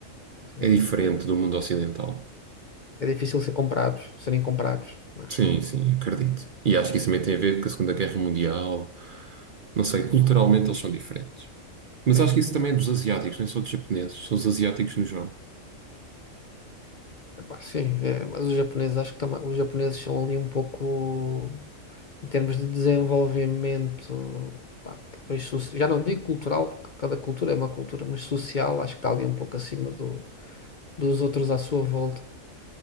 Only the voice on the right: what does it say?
É
diferente do mundo ocidental.
Sim, sim, acredito. E acho que isso também tem a ver com a Segunda Guerra Mundial. Não sei, culturalmente eles são diferentes. Mas
acho
que isso também
é dos asiáticos, não é só dos japoneses, são os asiáticos no geral.